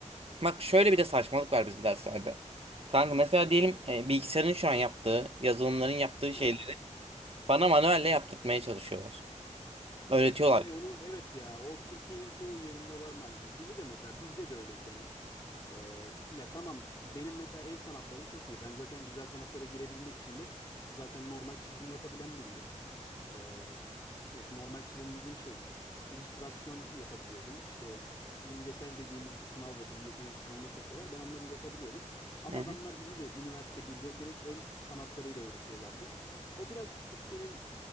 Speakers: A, on the right; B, on the left.
A: bak şöyle bir de saçmalık var bizim derslerde. Kanka mesela diyelim e, bilgisayarın şu an yaptığı, yazılımların yaptığı
B: aha.
A: şeyleri bana manuelle yaptırtmaya çalışıyorlar. Öğretiyorlar
B: Ya abi onu evet ya o Türkiye'nin çoğu yerinde var maalesef. Bize de mesela bizde de öyleydi hani. Ee, ya tamam benim mesela el sanatlarım çok iyi. Ben zaten güzel sanatlara girebilmek için de zaten normal çizim yapabilen biriydim. Ee, evet, normal çizim dediğim şey illüstrasyon yapabiliyordum. İşte imgesel dediğimiz bir sınavla bizi yetenek sınavına sokuyorlar. Ben onları yapabiliyordum. Ama
A: yani.
B: adamlar
A: Hı hı.
B: bizi de üniversite birde direkt el sanatlarıyla öğretiyorlardı. O biraz Türkiye'nin